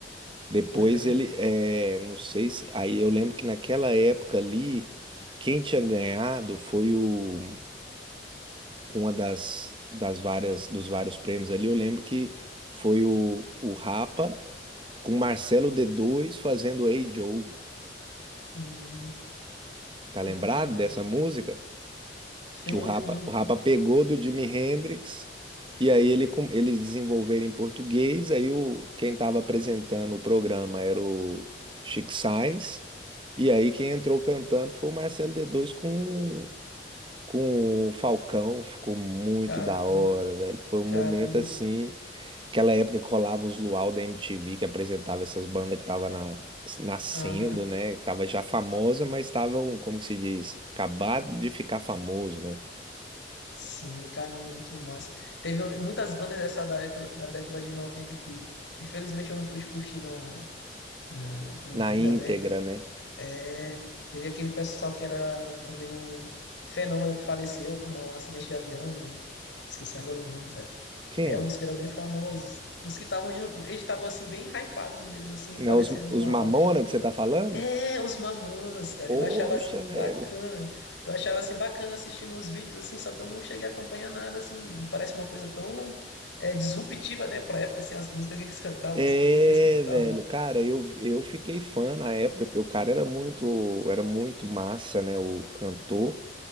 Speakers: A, on the right; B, on the left.
A: Depois
B: Aham.
A: ele, é, não sei se. Aí eu lembro que naquela época ali, quem tinha ganhado foi o, uma das, das várias, dos vários prêmios ali. Eu lembro que foi o, o Rapa com Marcelo d dois fazendo Hey Joe.
B: Hum,
A: Tá lembrado
B: bacana.
A: dessa música?
B: Sim,
A: que o Rapa,
B: sim.
A: o Rapa pegou do Jimi Hendrix e aí ele com- eles desenvolveram em português, aí o quem estava apresentando o programa era o Chico Sainz, e aí quem entrou cantando foi o Marcelo D2 com com o Falcão, ficou muito
B: Caramba,
A: da hora, velho. Foi um momento
B: caramba.
A: assim, aquela época que rolava os Luau da MTV que apresentava essas bandas que tava na nascendo,
B: Aham.
A: né? que Tava já famosa, mas estavam, como que se diz, acabado de ficar famoso, né?
B: Sim, caramba, muito massa. Teve muitas bandas dessa década, da década de 90 que, infelizmente, eu não pude curtir na, na, em
A: na
B: vida,
A: íntegra,
B: né?
A: né?
B: É, teve aquele pessoal que era também um fenômeno que faleceu, uma- um acidente de avião, esqueci agora o nome, cara.
A: Quem?
B: É, uns que eram bem famosos, uns que estavam, em- eles estavam, assim, bem hypados mesmo, assim,
A: Né,
B: faleceram
A: Os,
B: no
A: os Mamona
B: auge.
A: que você tá falando?
B: É, os Mamonas, cara.
A: Poxa,
B: Eu achava assim bacana.
A: velho.
B: Eu achava assim bacana assistindo os vídeos assim, só que eu não cheguei a acompanhar nada assim. E parece uma coisa tão é, disruptiva, né, pra época assim, as músicas que eles <laughs> cantavam,
A: É,
B: as coisas que eles cantavam.
A: velho, cara, eu, eu fiquei fã na época, porque o cara era muito, era muito massa, né? O cantor.